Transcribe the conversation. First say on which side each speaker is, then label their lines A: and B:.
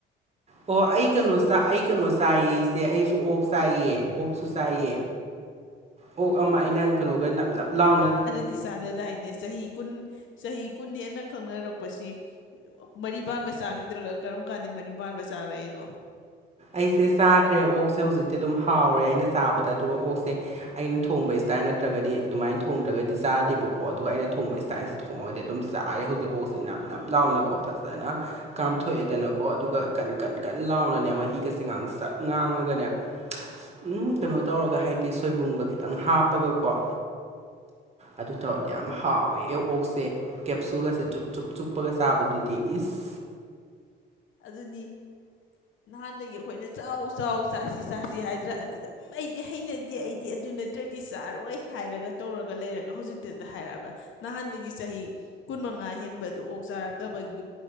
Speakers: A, on the right; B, on the left.
A: ꯑꯣ ꯑꯩ ꯀꯩꯅꯣ ꯑꯩ ꯀꯩꯅꯣ ꯆꯥꯏꯌꯦ ꯏꯁꯦ ꯑꯩꯁꯨ ꯑꯣꯛ ꯆꯥꯏꯌꯦ ꯑꯣꯛꯁꯨ ꯆꯥꯏꯑ
B: <inaudible>
A: ꯑꯣꯛ ꯑꯃ ꯑꯩꯅ ꯀꯩꯅꯣꯒ ꯅꯞ ꯅꯞ ꯂꯥꯎꯅ
B: ꯗꯤ ꯆꯥꯗꯗꯥꯏꯅꯦ ꯆꯍꯤ ꯀꯨꯟ ꯆꯍꯤ ꯀꯨꯟꯅꯦꯅ ꯈꯪꯅꯔꯛꯄꯁꯤ ꯃꯔꯤ ꯄꯥꯟꯕ ꯆꯥꯈꯤꯗ꯭ꯔꯒ ꯀꯔꯝ ꯀꯥꯟꯗ ꯃꯔꯤ ꯄꯥꯟꯕ ꯆꯥꯔꯛꯑꯏꯅꯣ
A: ꯑꯩꯁꯦ ꯆꯥꯈ꯭ꯔꯦ ꯑꯣꯛꯁꯦ ꯍꯧꯖꯤꯛꯇꯤ ꯑꯗꯨꯝ ꯍꯥꯎꯔꯦ ꯑꯩꯅ ꯆꯥꯕꯗ ꯑꯗꯨꯒ ꯑꯣꯛꯁꯦ ꯑꯩꯅ ꯊꯣꯡꯕ ꯏꯁꯇꯥꯏꯜ ꯅꯠꯇ꯭ꯔꯒꯗꯤ ꯑꯗꯨꯃꯥꯏꯅ ꯊꯣꯡꯗ꯭ꯔꯒꯗꯤ ꯆꯥꯗꯦꯕꯀꯣ ꯑꯗꯨꯒ ꯑꯩꯅ ꯊꯣꯡꯕ ꯏꯁꯇꯥꯏꯜ ꯊꯣꯡꯉꯗꯤ ꯑꯗꯨꯝ ꯆꯥꯛꯔꯦ ꯍꯧꯖꯤꯛ ꯍꯧꯍꯁꯤꯦ ꯅꯞ ꯅꯞ ꯂꯥꯎꯅꯀꯣ ꯐꯖꯅ ꯀꯥꯝꯊꯣꯛꯑꯦꯗꯅꯀꯣ ꯑꯗꯨꯒ ꯀꯟ ꯀꯟ ꯀꯟ ꯂꯥꯎꯅꯅꯦ ꯃꯍꯩ ꯃꯤꯠꯒꯁꯦ ꯉꯥꯡꯁꯪ ꯉꯥꯡꯒꯅꯦ ꯎꯝ ꯀꯩꯅꯣ ꯇꯧꯔꯒ ꯍꯥꯏꯗꯤ ꯁꯣꯏꯕꯨꯝꯒ ꯈꯤꯇꯪ ꯍꯥꯞꯄꯒꯀꯣ ꯑꯗꯨ ꯇꯧꯔꯗꯤ ꯌꯥꯝ ꯍꯥꯎꯋꯦ ꯑꯦ ꯑꯣꯛꯁꯦ ꯀꯦꯞꯁꯨꯜꯒꯁꯦ ꯆꯨꯞ ꯆꯨꯞ ꯆꯨꯞꯄꯒ ꯆꯥꯕꯗꯨꯗꯤ ꯏꯁ
B: ꯑꯗꯨꯅꯤ ꯅꯍꯥꯟꯗꯒꯤ ꯑꯩꯈꯣꯏꯅ ꯆꯥꯎ ꯆꯥꯎ ꯆꯥꯁꯤ ꯆꯥꯁꯤ ꯍꯥꯏꯗ꯭ꯔꯥ ꯑꯗꯨꯗ ꯎꯝ ꯑꯩꯗꯤ ꯍꯩꯅꯗꯦ ꯑꯩꯗꯤ ꯑꯗꯨꯅꯇꯦ ꯑꯗꯨꯗꯤ ꯆꯥꯔꯣꯏ ꯍꯥꯏꯔꯒ ꯇꯧꯔꯒ ꯂꯩꯔꯒ ꯍꯧꯖꯤꯛꯇꯗ ꯍꯥꯏꯔꯛꯑꯒ ꯅꯍꯥꯟꯗꯒꯤ ꯆꯍꯤ ꯀꯨꯟ ꯃꯉꯥ ꯍꯦꯟꯕꯗꯨ ꯑꯣꯛ ꯆꯥꯔꯛꯇꯕꯒꯤ